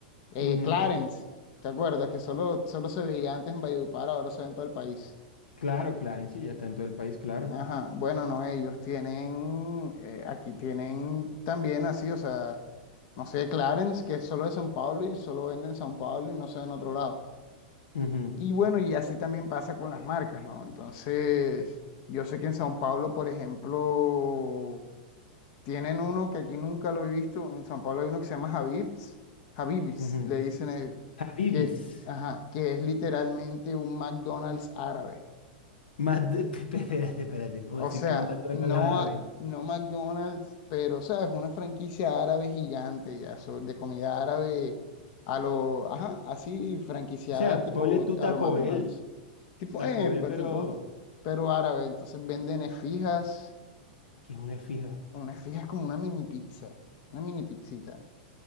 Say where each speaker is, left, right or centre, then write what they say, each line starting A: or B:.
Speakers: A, on the left (about 50°); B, on the left (about 80°).
A: Eh,
B: ujú,
A: Clarence, ¿te acuerdas? Que solo, solo se veía antes en Valledupar, ahora se ve en todo el país.
B: Claro, Clarence, ya está en todo el país, claro.
A: Ajá, bueno, no, ellos tienen, eh, aquí tienen también así, o sea, no sé, Clarence, que es solo de San Pablo y solo vende en San Pablo y no se ve en otro lado.
B: Ujú,
A: Y bueno, y así también pasa con las marcas, ¿no? Entonces, yo sé que en San Pablo, por ejemplo, tienen uno que aquí nunca lo he visto, en San Pablo hay uno que se llama Habib's, Habib's,
B: ujú.
A: le dicen ellos,
B: Habibis.
A: que, ajá, que es literalmente un McDonald's árabe.
B: Más de- <laughs> pe- Espérate, espérate. ¿Cómo
A: O
B: así
A: sea,
B: que un McDonald's
A: no,
B: árabe?
A: a- no McDonald's, pero, ¿sabes? Una franquicia árabe gigante, ya, so- de comida árabe a lo, ajá, así, franquiciada
B: O sea,
A: tipo
B: ponle tú
A: a
B: Taco
A: lo McDonald's.
B: Bell.
A: Tipo,
B: Taco
A: eh,
B: Bell,
A: pa-
B: pero.
A: tipo, pero árabe. Entonces venden esfijas.
B: eh, Que es una fija.
A: Una esfija es como una mini pizza, una mini pizzita.